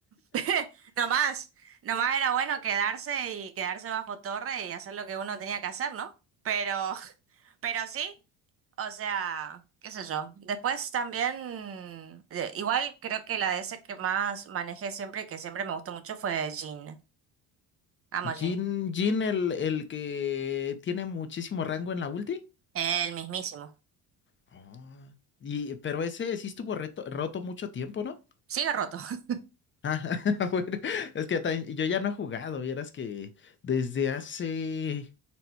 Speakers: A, on the right; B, on the left.
A: <laughs> Nomás, nomás era bueno quedarse y quedarse bajo torre y hacer lo que uno tenía que hacer, ¿no? Pero, <laughs> pero sí, o sea, qué sé yo. Después también, eh, igual creo que la DS que más manejé siempre y que siempre me gustó mucho fue Jin, Amo Jin,
B: Jin, Jin el, el que tiene muchísimo rango en la ulti.
A: el mismísimo.
B: Ah. Y, pero ese sí estuvo reto- roto mucho tiempo, ¿no?
A: Sigue roto <laughs>
B: Ah, <laughs> bueno, es que tan- yo ya no he jugado, vieras que desde hace...